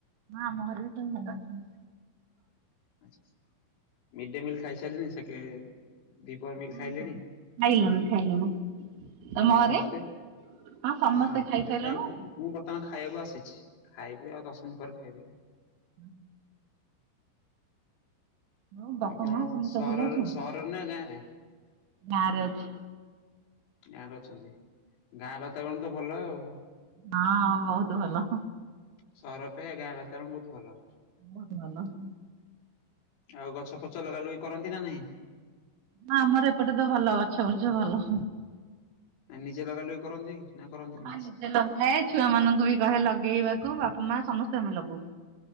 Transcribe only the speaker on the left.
ଆଚ୍ଛା ଆଚ୍ଛା ମିଡ୍ ଡେ ମିଲ୍ ଖାଇସାରିଲି ସେକେ ଦିପହର ମିଲ୍
ଖାଇଲେଣି
ଘରେ ସମସ୍ତେ?
ଆମ
ଘରେ
ଖାଇଲେଣି ମୁଁ ବର୍ତ୍ତମାନ ଖାଇବାକୁ ଆସିଛି ଖାଇବି ଆଉ ଦଶ ମିନିଟ୍ ପରେ ଫେରିବି।
ଆଉ
ଆପଣ
ସହରରେ
ସହରରେ ନା ଗାଁରେ
ଗାଁରେ ଅଛନ୍ତି ଗାଁ ବାତାବରଣ ତ ଭଲ ଆଉ।
ସହର ପେ ଗାଁ ବାତାବରଣ ବହୁତ ଭଲ।
ଆଉ ଗଛ ଫଛ ଲଗା ଲଗି କରନ୍ତି ନା ନାହିଁ?
ନିଜେ ଲଗା ଲଗି କରନ୍ତି ନା କରନ୍ତିନି
କିଛି?